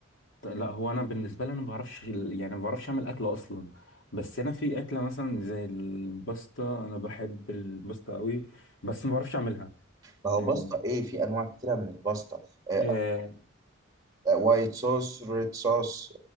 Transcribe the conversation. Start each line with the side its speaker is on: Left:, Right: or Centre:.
Left: ط- لا هو انا بالنسبه لي انا ما بعرفش ال- يعني ما بعرفش اعمل اكل اصلا بس انا في اكله مثلا زي الباستا انا بحب الباستا قوي بس ما بعرفش اعملها
Right: ما هو
Left: يعني
Right: باستا إيه في أنواع كتيرة من الباستا آه،
Left: آه
Right: وايت صوص ريد صوص